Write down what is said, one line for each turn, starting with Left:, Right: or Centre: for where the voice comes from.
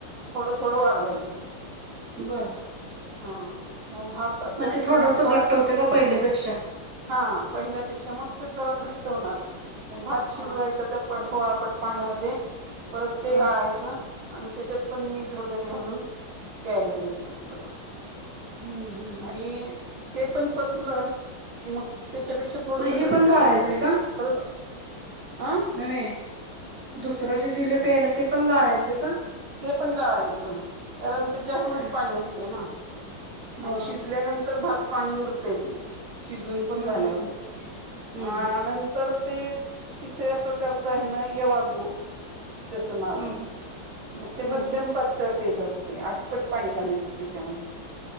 Right: थोडं थोडं वाढवायचं
Centre: बरं
Right: हा मग भात
Centre: मग
Right: त्यात
Centre: ते थोडंसं
Right: सोळा
Centre: घट्ट
Right: पट
Centre: होतें का पहिल्यापेक्षा
Right: हा पहिल्यापेक्षा मग ते जरा घट्ट होणार मग भात शिजवायच
Centre: हा
Right: त्या सोळा पट्ट पाण्यामध्ये प्रत्येक
Centre: हा
Right: गाळायचं आणि त्याच्यात पण मीठ वगैरे घालून प्यायला द्यायचं असं
Centre: हम्म हम्म
Right: आणि ते पण पचलं कि मग त्याच्यापेक्षा थोडस
Centre: मग
Right: घट्ट
Centre: हे पण
Right: द्यायचं
Centre: गाळायचंय
Right: असं
Centre: का
Right: परत अं
Centre: नव्हे दुसरं जे दिले प्यायला ते पण गाळायचं का
Right: ते पण गाळायचं कारण ते जास्तच
Centre: होय
Right: पाणी असतं ना
Centre: बर
Right: आणि शिजल्यानंतर तर भात पाणी उरते त शिजून पण
Centre: हम्म
Right: झाल्यावर
Centre: हम्म हम्म
Right: तर ते तिसऱ्या प्रकारचं आहे ना यवागु त्याचं नाव
Centre: हम्म
Right: आहे मग ते
Centre: हम्म
Right: मध्यम पातळ पेज असते आठपट पाणी घालायचं त्याच्यामध्ये